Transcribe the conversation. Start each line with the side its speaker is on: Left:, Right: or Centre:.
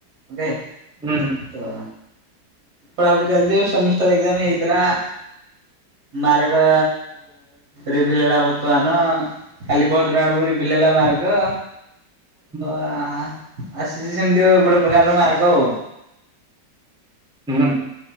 Right: okay.
Centre: ହୁଁ, ହୁଁ।
Right: ତ ପଢାପଢି ଚାଲିଛି ସେମିଷ୍ଟର ଏକ୍ସାମ ହେଇଥିଲା ମାରଗ ରେଭିଲ ହେଲା ବର୍ତ୍ତମାନ କାଲି ପରଦିନ ନ ଆଡକୁ ରେଭିଲ ହେଲା ମାର୍ଗ
Centre: ହୁଁ,
Right: ଆସିଛି ସେମିତି ଗୋଟେ ପ୍ରକାରର ମାର୍କ ଆଉ।
Centre: ହୁଁ।